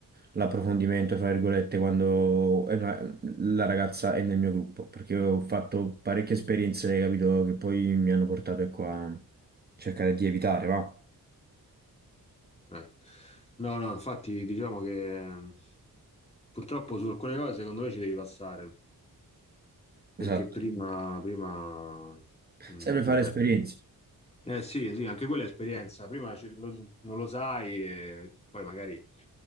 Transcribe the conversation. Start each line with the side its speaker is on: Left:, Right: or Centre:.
Right: l'approfondimento, fra virgolette, quando è una- la ragazza è nel mio gruppo, perché ho fatto parecchie esperienze, capito, che poi mi hanno portato, ecco, a cercare di evitare, va?
Left: Eh. Eh. No, no, infatti diciamo che mh, purtroppo su alcune cose secondo me ci devi passare, perché
Right: Esatto.
Left: prima, prima mh,
Right: Sempre fare
Left: vabbè.
Right: esperienze.
Left: Eh sì, sì, anche quella è esperienza, prima ci- lo- non lo sai e poi magari